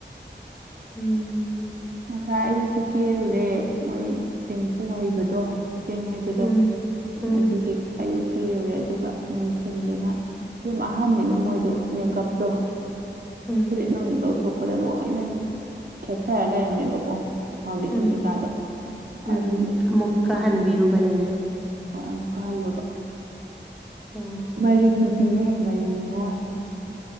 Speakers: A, in the centre; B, on the right (about 50°).
A: ꯎꯝ
B: ꯉꯁꯥꯏ ꯑꯩꯁꯨ ꯀꯦꯔꯨꯔꯦ ꯃꯣꯏ ꯆꯦꯡꯐꯨ ꯍꯩꯕꯗꯣ ꯆꯦꯡ ꯍꯩꯕꯗꯣ
A: ꯎꯝ ꯎꯝ
B: ꯑꯗꯨꯒꯤ ꯑꯌꯨꯛ ꯀꯤꯔꯨꯔꯦ ꯑꯗꯨꯒ ꯅꯨꯡꯊꯤꯤꯟꯗꯨꯅ ꯑꯗꯨꯝ ꯑꯍꯟꯅꯤꯅ ꯃꯣꯏꯗꯣ ꯃꯦꯀꯞꯇꯣ
A: ꯎꯝ
B: ꯐꯨꯗꯤꯠ ꯅ ꯂꯧꯊꯣꯛꯄꯗ ꯂꯣꯏꯅ ꯈꯦꯊꯔ ꯂꯩꯔꯝꯃꯦꯕꯀꯣ ꯐꯥꯎꯟꯗꯦꯁꯟ
A: ꯎꯝ
B: ꯀꯩꯀꯥꯗꯣ
A: ꯎꯝ
B: ꯑꯗꯨꯒꯤ
A: ꯑꯃꯨꯛꯀ
B: ꯑꯃꯨꯛ
A: ꯍꯟꯕꯤꯔꯨꯕꯅꯤꯅ
B: ꯍꯣꯏ ꯑꯃꯨꯛꯀꯥ ꯍꯜꯂꯣꯕ
A: ꯑꯣ
B: ꯃꯔꯤꯡ ꯅꯨꯄꯤꯅꯦ ꯃꯔꯤꯡ ꯅꯤꯉꯣ